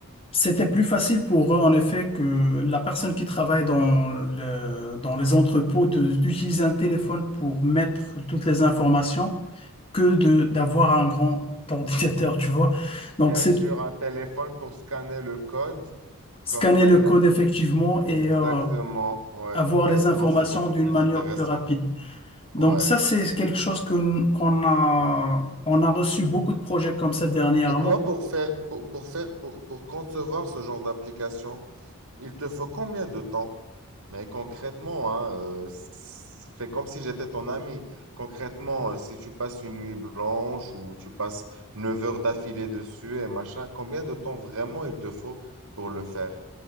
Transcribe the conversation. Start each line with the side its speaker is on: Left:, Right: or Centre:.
Left: c'était plus facile pour eux, en effet, que la personne qui travaille dans le- dans les entrepôts de- d'utiliser un téléphone pour mettre toutes les informations que de d'avoir un grand ordinateur, tu vois. Donc,
Right: Bien
Left: c'est
Right: sûr, un téléphone pour scanner le code.
Left: scanner
Right: Comme ça,
Left: le
Right: il
Left: code
Right: a
Left: effectivement
Right: tout.
Left: et
Right: Exactement.
Left: euh,
Right: Ouais,
Left: avoir
Right: ouais.
Left: les informations
Right: Non, c'est beaucoup
Left: d'une
Right: plus
Left: manière
Right: intéressant.
Left: plus rapide. Donc,
Right: Ouais.
Left: ça, c'est quelque chose que, qu'on a, on a reçu beaucoup de projets comme ça dernièrement.
Right: Et toi, pour faire, pour, pour faire, pour, pour concevoir ce genre d'application, Il te faut combien de temps? Mais concrètement, hein, euh, s- fais comme si j'étais ton ami. Concrètement, euh, si tu passes une nuit blanche ou tu passes 9 heures d'affilée dessus et machin, combien de temps vraiment il te faut pour le faire?